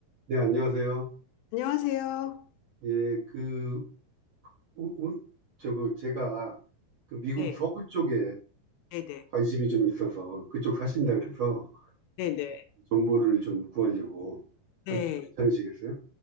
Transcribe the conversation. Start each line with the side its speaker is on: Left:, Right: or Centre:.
Right: 네, 안녕하세요.
Left: 안녕하세요.
Right: 예, 그, 오, 오, 저거, 제가 그 미국
Left: 네,
Right: 서부 쪽에
Left: 네네,
Right: 관심이 좀 있어서 그쪽 사신다 그래서
Left: 네네,
Right: 정보를 좀 구하려고 하는
Left: 네.
Right: 괜찮으시겠어요?